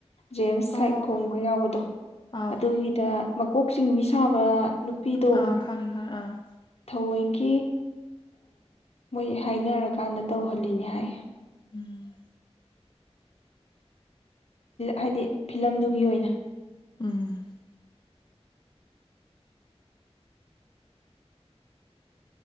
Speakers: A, on the left; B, on the left.
A: ꯖꯦꯝꯁ
B: ꯑꯣ
A: ꯁꯥꯏꯈꯣꯒ
B: ꯑꯣ ꯑꯣ
A: ꯌꯥꯎꯕꯗꯣ
B: ꯑꯥꯎ
A: ꯑꯗꯨꯒꯤꯗ ꯀꯣꯛꯆꯤꯡ ꯃꯤ ꯁꯥꯕ ꯅꯨꯄꯤꯗꯣ
B: ꯑꯥ ꯈꯪꯉꯦ ꯈꯪꯉꯦ ꯑꯥ
A: ꯊꯑꯣꯏ ꯀꯤ ꯃꯣꯏ ꯍꯥꯏꯅꯔꯀꯥꯟꯗ ꯇꯧꯍꯜꯂꯤꯅꯤ ꯍꯥꯏ꯫
B: ꯎꯝ
A: ꯍꯥꯏꯗꯤ ꯐꯤꯂꯝꯗꯨꯒꯤ ꯑꯣꯏꯅ꯫
B: ꯎꯝ